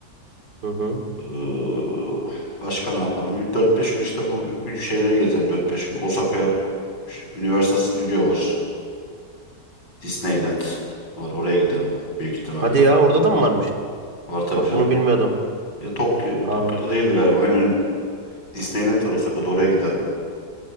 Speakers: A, on the right; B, on the left.
A: Hı hı.
B: Ee, başka ne yaparım? Dört beş gün işte bu şeyleri gezeceğim Dört beş gün. Osaka'ya Universal Studio var. Disneyland var. Oraya giderim büyük ihtimalle.
A: Hadi ya, orada da mı varmış?
B: Var tabii
A: Bak
B: canım.
A: bunu bilmiyordum.
B: Ya Tokyo,
A: Aa,
B: Tokyo'da değildi galiba. Aynen Disneyland var Osaka'da. Oraya giderim.